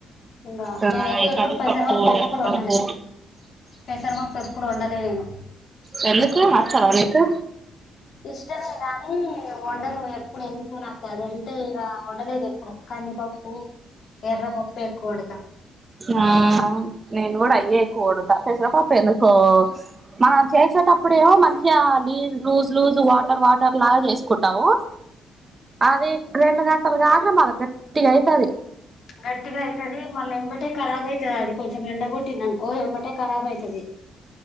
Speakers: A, on the left; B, on the right.
A: ఇంగ
B: ఆ
A: నేనైతే
B: ఈ
A: ఎప్పుడు
B: కందిపప్పు
A: పెసరపప్పు ఎప్పుడు
B: మినపప్పు
A: వండలే పెసరపప్పు ఎప్పుడు వండలే నేను
B: వెళ్ళచ్చావా ఎందుకు మచ్చాల ఎందుకు
A: ఇష్టమే కాని వండను ఎప్పుడు ఎందుకు నాకు అది అంటే ఇగ వండలేదు ఎప్పుడు కందిపప్పు ఎర్రపప్పు ఎక్కువ పెడతాం
B: ఆ నేను కూడా అయ్యే ఎక్కువ వండుతా పెసరపప్పు ఎందుకో మ చేసేటప్పుడేమో మంచిగా లీజ్ లూజ్ లూజ్ వాటర్ వాటర్ లాగా చేసుకుంటావు అది రెండు గంటలుగాగమరి గట్టిగ అయితది
A: గట్టిగా అయితది మళ్ళీ ఎంబటే ఖరాబ్ అయితది అది కొంచం ఎండగొట్టింది అనుకో ఎంబటేఖరాబ్ అయితది